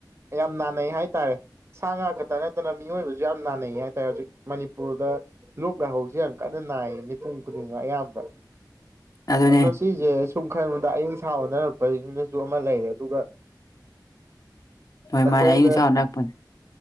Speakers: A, on the right; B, on the left.
A: ꯌꯥꯝ ꯥꯟꯅꯩ ꯍꯥꯏ ꯍꯥꯏ ꯇꯔꯦ ꯁꯥ ꯉꯥ ꯈꯛꯇ ꯅꯠꯇꯅ ꯃꯤꯑꯣꯏꯕꯁꯨ ꯌꯥꯝ ꯅꯥꯅꯩ ꯍꯥꯏꯇꯥꯔꯦ ꯍꯧꯖꯤꯛ ꯃꯅꯤꯄꯨꯔꯗ ꯂꯣꯛ ꯂꯥꯍꯧꯁꯤ ꯌꯥꯝ ꯀꯟꯅ ꯅꯥꯏꯌꯦ ꯃꯤꯄꯨꯝ ꯈꯨꯗꯤꯡꯃꯛ ꯑꯌꯥꯝꯕ
B: ꯑꯗꯨꯅꯦ
A: ꯑꯗꯣ ꯁꯤꯁꯦ ꯁꯨꯝ ꯈꯟꯕꯗ ꯑꯌ ꯁꯥꯥꯎꯅ ꯄꯔꯤꯅꯤꯅꯁꯨ ꯑꯃ ꯂꯩꯔꯦ ꯑꯗꯨꯒ
B: ꯍꯣꯏ
A: ꯑꯩꯈꯣꯏꯗ
B: ꯃꯥꯅꯦ ꯑꯩꯅꯁꯥ ꯍꯠꯅꯔꯛꯄꯅꯦ